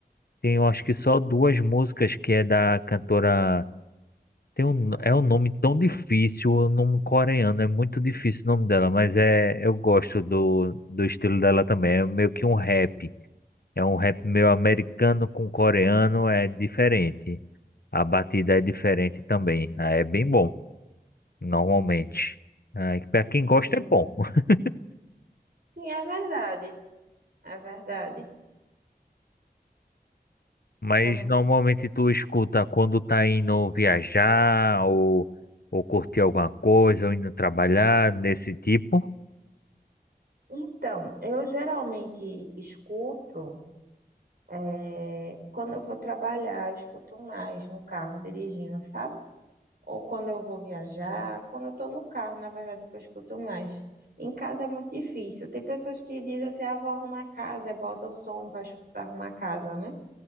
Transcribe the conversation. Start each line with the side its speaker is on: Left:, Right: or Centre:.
Left: Tem, eu acho que só duas músicas que é da cantora. Tem um, é um nome tão difícil, o nome coreano, é muito difícil o nome dela, mas é, eu gosto do, do estilo dela também. É meio que um rap. É um rap meio americano com coreano, é diferente. A batida é diferente também. Ah, É bem bom normalmente. Ah, para quem gosta
Right: sim.
Left: é bom, <laughs>
Right: Sim, é verdade. É verdade.
Left: mas
Right: É muito
Left: normalmente tu escuta quando tá indo viajar ou, ou curtir alguma coisa ou indo trabalhar desse tipo.
Right: Então, eu geralmente escuto, eh, quando eu vou trabalhar, eu escuto mais no carro dirigindo, sabe? Ou quando eu vou viajar, quando eu tô no carro, na verdade, que eu escuto mais. Em casa é muito difícil. Tem pessoas que dizem assim, ah, vou arrumar a casa, e bota o som para arrumar a casa, né?